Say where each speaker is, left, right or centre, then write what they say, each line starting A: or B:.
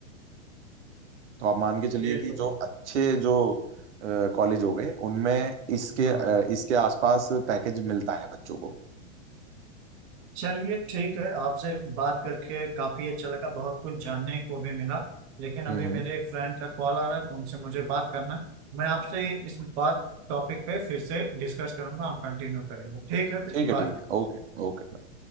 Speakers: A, on the right; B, on the right.
A: तो आप मान के चलिए
B: ये
A: कि
B: तो
A: जो
B: है
A: अच्छे जो कॉलेज हो गए उनमें इसके
B: हाँ
A: अ, इसके आसपास पैकेज मिलता है बच्चों को
B: चलिए ठीक है आपसे बात करके काफी अच्छा लगा बहुत कुछ जानने को भी मिला लेकिन अभी
A: हम्म हम्म।
B: मेरे एक फ्रेंड का कॉल आ रहा है तो उनसे मुझे बात करना है। मैं आपसे इस बात टॉपिक पे फिर से डिस्कस करूंगा हम कंटिन्यू करेंगे ठीक है फिर
A: ठीक है
B: बाय
A: ठीक है ओके ओके